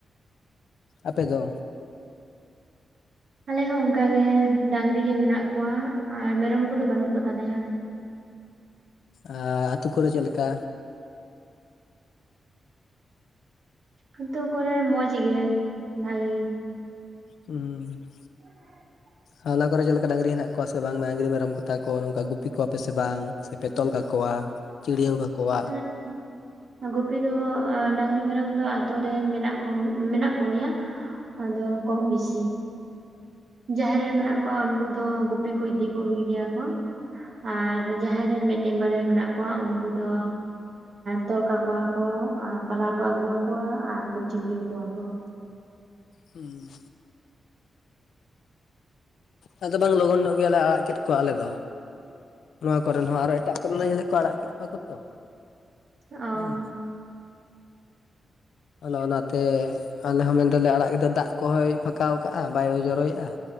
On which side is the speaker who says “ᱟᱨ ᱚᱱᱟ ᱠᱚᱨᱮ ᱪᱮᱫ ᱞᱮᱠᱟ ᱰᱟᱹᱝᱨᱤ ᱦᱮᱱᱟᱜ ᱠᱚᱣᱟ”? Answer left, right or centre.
Left